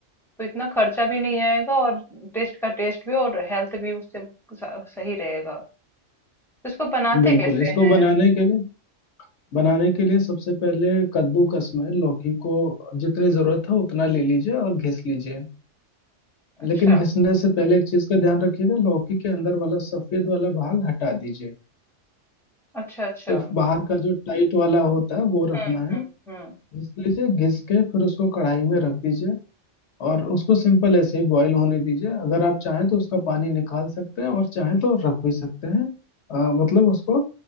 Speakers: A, in the centre; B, on the left.
A: तो इतना खर्चा भी नहीं आएगा और टेस्ट का टेस्ट भी और हेल्थ भी उससे स- सही रहेगा तो इसको बनाते
B: बिल्कुल
A: कैसे
B: इसको
A: हैं
B: बनाने के लिए बनाने के लिए सबसे पहले कद्दूकस में लौकी को जितनी जरूरत है उतना ले लीजिए और घिस लीजिए लेकिन
A: अच्छा
B: घिसने से पहले एक चीज का ध्यान रखिएगा लौकी के अंदर वाला सफेद वाला भाग हटा दीजिए
A: अच्छा अच्छा
B: सिर्फ बाहर का जो टाइट वाला होता है वो रखना
A: हम्म
B: है
A: हम्म हम्म
B: घिस लीजिए घिस के फिर उसको कढ़ाई में रख दीजिए और उसको सिंपल ऐसे ही बॉईल होने दीजिए अगर आप चाहें तो उसका पानी निकाल सकते हैं और चाहें तो रख भी सकते हैं अ, मतलब उसको